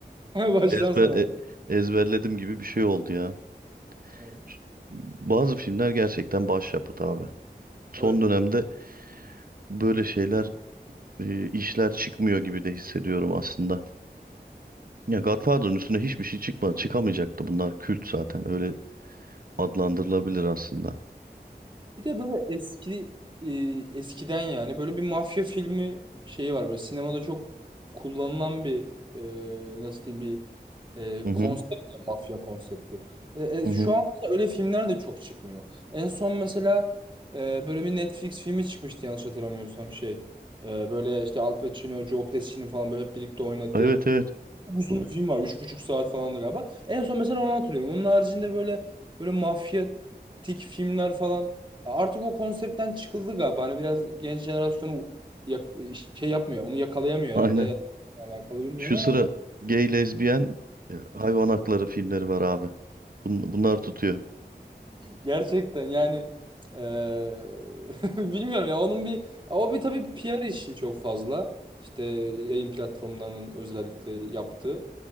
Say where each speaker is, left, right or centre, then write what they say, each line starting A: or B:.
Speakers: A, on the right; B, on the right.
A: <laughs> Baştan
B: Ezber
A: sona.
B: e- ezberledim gibi bir şey oldu ya.
A: Evet.
B: Ş- Bazı filmler gerçekten başyapıt abi. Son
A: Evet.
B: dönemde böyle şeyler e, işler çıkmıyor gibi de hissediyorum aslında. Ya Godfather'ın üstüne hiçbir şey çıkmadı. Çıkamayacaktı bunlar kült zaten. Öyle adlandırılabilir aslında.
A: Bir de böyle eski e, eskiden yani böyle bir mafya filmi şeyi var böyle sinemada çok kullanılan bir e, nasıl diyeyim bir e,
B: Hı hı,
A: konsept ya, mafya konsepti. E, e,
B: hı
A: şu
B: hı.
A: an öyle filmler de çok çıkmıyor. En son mesela e, böyle bir Netflix filmi çıkmıştı yanlış hatırlamıyorsam şey. E, böyle işte Al Pacino, Joe Pesci falan böyle hep birlikte oynadı.
B: Evet evet.
A: Çok uzun bir film var. Üç buçuk saat falandı galiba. En son mesela onu hatırlıyorum. Onun haricinde böyle böyle mafyatik filmler falan. Artık o konseptten çıkıldı galiba. Hani biraz genç jenerasyonu yak- şey yapmıyor. Onu yakalayamıyor
B: Aynen.
A: herhalde. Ya da alakalı bilmiyorum
B: Şu sıra
A: ama
B: gay, lezbiyen, e, hayvan hakları filmleri var abi. Bun- bunlar tutuyor.
A: gerçekten yani eee, <laughs> bilmiyorum ya onun bir o bir tabii PR işi çok fazla. İşte yayın platformlarının özellikle yaptığı.